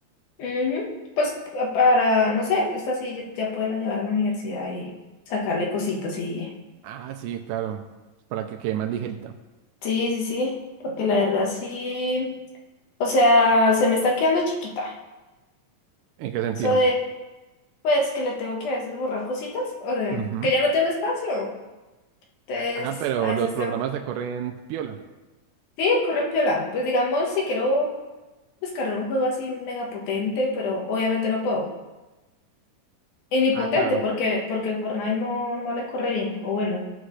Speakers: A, on the left; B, on the right.
A: Ujú. Pues pa- para, no sé, esta sí ya ya puede la llevar a la universidad y sacarle cositas y...
B: Ah, sí, claro. Para que quede más ligerita.
A: Sí, sí, sí, porque la verdad sí, o sea, se me está quedando chiquita.
B: ¿En qué sentido?
A: Eso de, pues, que le tengo que a veces borrar cositas, o de,
B: Ujú.
A: que ya no tengo espacio. Entonces,
B: Ah, pero
A: a veces
B: los programas
A: tengo...
B: te corren piola.
A: Sí, corren piola. Pues digamos, si quiero descargar un juego así mega potente, pero obviamente no puedo. Y ni
B: Ah,
A: potente,
B: claro.
A: porque, porque el Fortnite no, no le corre bien, o bueno.